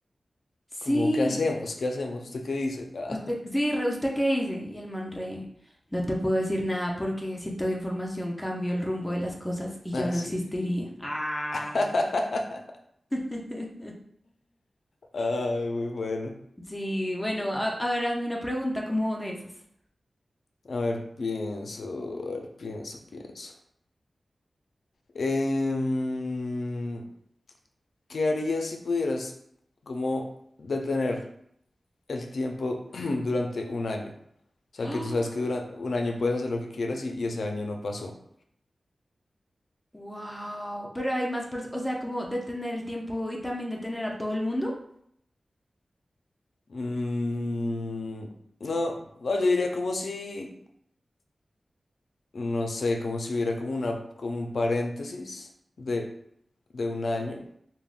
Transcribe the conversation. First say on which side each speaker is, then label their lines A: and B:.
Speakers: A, on the left; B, on the left.
A: Sí,
B: Como, ¿qué hacemos? ¿Qué hacemos? ¿Usted qué dice? <laughs> Ah,
A: Usted, sí, re, ¿usted qué dice? Y el man re, no te puedo decir nada porque si te doy información cambio el rumbo de las cosas y
B: ah,
A: yo no
B: sí.
A: existiría. Ah.
B: <laughs>
A: <laughs>
B: Ay, muy bueno.
A: Sí, bueno, a, a ver, hazme una pregunta como de esas.
B: A ver, pienso, a ver, pienso, pienso. Em, ¿qué harías si pudieras como detener el tiempo <clears throat> durante un año. O sea,
A: <gasps>
B: que tú sabes que durante un año puedes hacer lo que quieras y, y ese año no pasó.
A: Wow, pero hay más personas, o sea, como detener el tiempo y también detener a todo el mundo.
B: Mm, no, no, yo diría como si, no sé, como si hubiera como una, como un paréntesis de, de un año